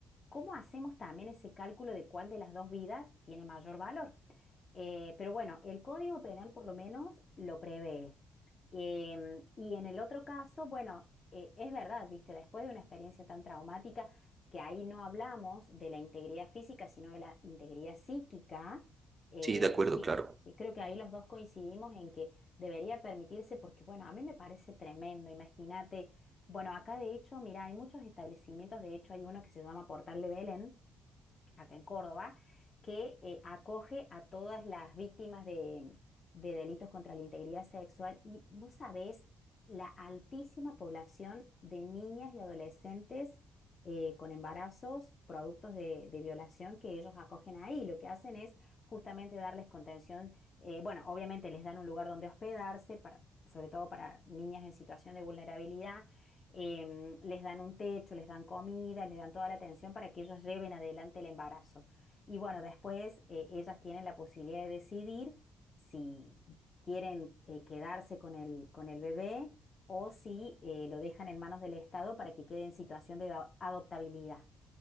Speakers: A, on the left; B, on the right.
A: ¿Cómo hacemos también ese cálculo de cuál de las dos vidas tiene mayor valor? Eh, pero bueno, el Código Penal por lo menos lo prevé. Em, y en el otro caso, bueno, eh, es verdad, viste, después de una experiencia tan traumática, que ahí no hablamos de la integridad física, sino de la integridad psíquica, eh,
B: Sí, de acuerdo,
A: sí,
B: claro.
A: sí, creo que ahí los dos coincidimos en que debería permitirse, porque bueno, a mí me parece tremendo, imagínate bueno, acá de hecho, mira, hay muchos establecimientos, de hecho hay uno que se llama Portal de Belén, acá en Córdoba, que eh, acoge a todas las víctimas de, de delitos contra la integridad sexual y no sabes la altísima población de niñas y adolescentes eh, con embarazos, productos de, de violación que ellos acogen ahí. Lo que hacen es justamente darles contención, eh, bueno, obviamente les dan un lugar donde hospedarse, para, sobre todo para niñas en situación de vulnerabilidad em, les dan un techo, les dan comida, les dan toda la atención para que ellos lleven adelante el embarazo. Y bueno, después eh, ellas tienen la posibilidad de decidir si quieren eh, quedarse con el, con el bebé o si eh, lo dejan en manos del Estado para que quede en situación de da- adoptabilidad.